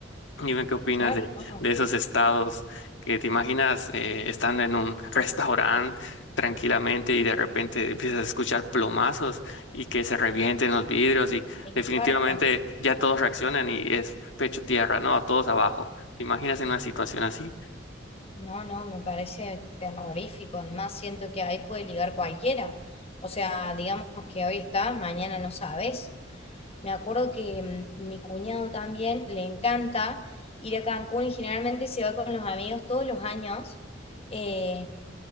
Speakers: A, on the left; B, on the left.
A: Dime qué opinas
B: Claro,
A: de,
B: no.
A: de esos estados que te imaginas eh, estando en un restaurante tranquilamente y de repente empiezas a escuchar plomazos y que se revienten los vidrios y
B: Me
A: definitivamente
B: infarto.
A: ya todos reaccionan y es pecho tierra, ¿no? Todos abajo. ¿Te imaginas en una situación así?
B: No, no, me parece terrorífico. Además, siento que ahí puede ligar cualquiera. O sea, digamos que hoy estás, mañana no sabes. Me acuerdo que mm, mi cuñado también le encanta ir a Cancún y generalmente se va con los amigos todos los años eh,